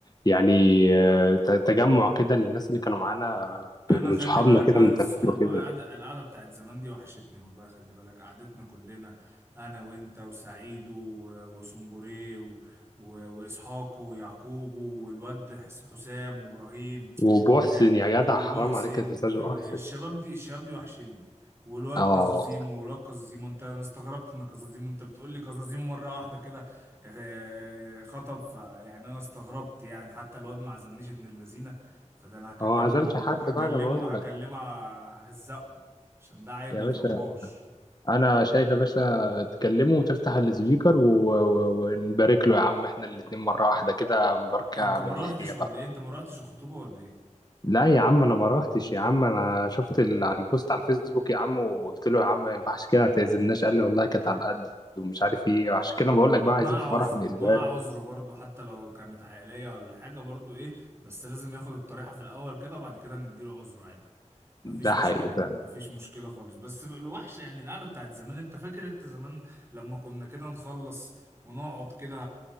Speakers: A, on the left (about 35°); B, on the right (about 20°).
A: يعني آه، تجمع كده للناس اللي كانوا معانا
B: انا
A: آه، من
B: خلي
A: صحابنا
B: بالك
A: كده
B: قعده
A: من زمان
B: الصحاب
A: وكده
B: قعده القعده بتاعت زمان دي وحشتني والله خلي بالك قعدتنا كلنا انا وانت وسعيد و- وسنبوري و... و... واسحاق ويعقوب والواد حس- حسام وابراهيم
A: وبحسن
B: لا
A: يا
B: ومحسن
A: جدع حرام عليك يا استاذ
B: والشباب
A: محسن
B: دي الشباب دي وحشني والواد
A: اه
B: كازازيمو والواد كازازيمو انت انا استغربت ان كازازيمو انت بتقول لي كازازيمو مره واحده كده آه، خطب فيعني انا استغربت يعني حتى الواد ما عزمنيش ابن اللذينه فده انا هكلمه
A: هو ما عزمش حد بقى
B: هكلمه
A: انا بقول
B: هكلمه
A: لك
B: ههزقه عشان ده عيل
A: يا
B: ما
A: باشا
B: ترباش
A: انا شايف يا باشا تكلمه وتفتح السبيكر و- و- ونبارك له يا عم احنا الاتنين مرة واحدة كده مباركة
B: انت
A: من
B: ما
A: اللي
B: روحتش
A: هي
B: ولا
A: بقى
B: ايه انت ما روحتش الخطوبه ولا ايه
A: لا يا عم انا ما روحتش يا عم انا شفت ال- على البوست على الفيسبوك يا عم وقلت له يا عم ما ينفعش كده ما تعزمناش قال لي والله كانت على قد ومش عارف ايه عشان كده بقول لك بقى
B: مع
A: عايزين في فرح
B: عذره
A: ونقلبها
B: مع
A: له.
B: عذره برضه حتى لو كانت عائليه ولا حاجه برضه ايه بس لازم ياخد الطريحه في الاول كده بعد كده نديله عذره عادي مفيش
A: ده
B: مشكلة
A: حقيقي فعلا
B: مفيش مشكلة خالص بس الوحش يعني القعدة بتاعت زمان انت فاكر انت زمان لما كنا كده نخلص ونقعد كده